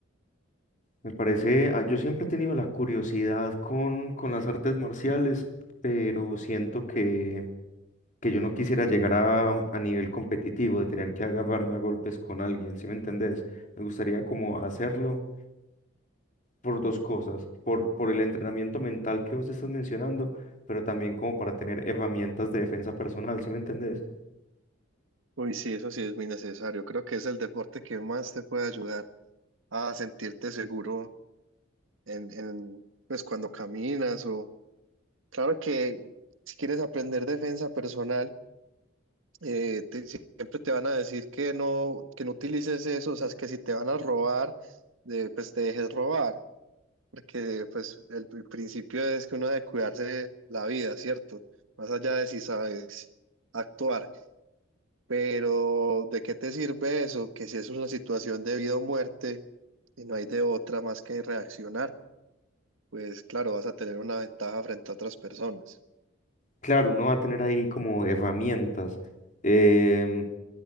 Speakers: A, on the left; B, on the right.
A: Me parece, ah, yo siempre he tenido la curiosidad con, con las artes marciales, pero siento que, que yo no quisiera llegar a, a nivel competitivo de tener que agarrarme a golpes con alguien, ¿sí me entendés? Me gustaría como hacerlo por dos cosas, por, por el entrenamiento mental que vos estás mencionando, pero también como para tener herramientas de defensa personal, ¿sí me entendés?
B: Uy, sí, eso sí es muy necesario. Creo que es el deporte que más te puede ayudar a sentirte seguro en, en, pues cuando caminas o claro que si quieres aprender defensa personal, eh, te- siempre te van a decir que no, que no utilices eso, o sea, es que si te van a robar, de- pues te dejes robar, porque pues el, el principio es que uno debe cuidarse la vida, ¿cierto? Más allá de si sabes actuar, pero ¿de qué te sirve eso? Que si es una situación de vida o muerte y no hay de otra más que reaccionar. pues claro, vas a tener una ventaja frente a otras personas.
A: Claro, uno va a tener ahí como herramientas. Em,